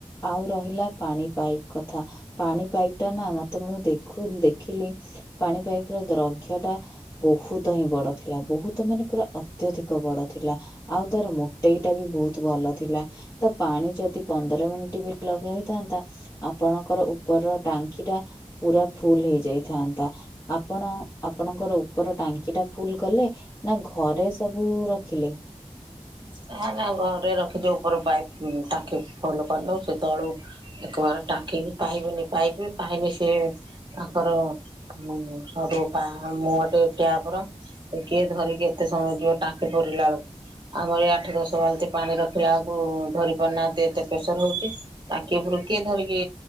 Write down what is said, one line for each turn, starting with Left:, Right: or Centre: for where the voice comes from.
Left: ଆଉ ରହିଲା ପାଣି ପାଇପ୍ କଥା ପାଣି ପାଇପ୍ ଟା ମତେ ମୁଁ ଦେଖୁ ଦେଖିଲି ପାଣି ପାଇପ୍ ର ଦ୍ରକ୍ଷଟା ବହୁତହିଁ ବଡ଼ ଥିଲା ବହୁତ୍ ମାନେ ପୁରା ଅତ୍ୟଧିକ ବଡ଼ ଥିଲା। ଆଉ ତାର ମୋଟେଇଟାବି ବହୁତ୍ ଭଲ ଥିଲା। ତ ପାଣି ଯଦି ପନ୍ଦର ମିନିଟ୍ ବି ଲଗେଇ ହେଇଥାନ୍ତା ଆପଣଙ୍କର ଉପରର ଟାଙ୍କିଟା ପୁରା ଫୁଲ୍ ହେଇଯାଇଥାନ୍ତା। ଆପଣ ଆପଣଙ୍କର ଉପର ଟାଙ୍କିଟା ଫୁଲ୍ କଲେ? ନା ଘରେ ସବୁ ରଖିଲେ?
Right: ନା ନା ଘରେ ରଖିଚୁ ଉପର ପାଇପ୍ ଟାଙ୍କି ଫୁଲ୍ କରିନୁ ସେତଳୁ ଏକ ବାର ଟାଙ୍କିକି ପାଇବନି ପାଇପ୍ ପାଇନେ ସିଏ ତାଙ୍କର ଉଁ ସରୁ ପା ମୁଁହଟେ ଟ୍ୟାପର୍। କିଏ ଧରିକି ଏତେ ସମୟ ଯିବ ଟାଙ୍କି ପୁରିଲା ବେଳକୁ ଆମର ଏ ଆଠ ଦଶ ବାଲ୍ଟି ପାଣି ରଖିଲା ଆକୁ ଧରି ପାରୁନାହାନ୍ତି ଏତେ ପ୍ରେସର ହେଉଛି। ଟାଙ୍କି ଉପରୁ କିଏ ଧରିକି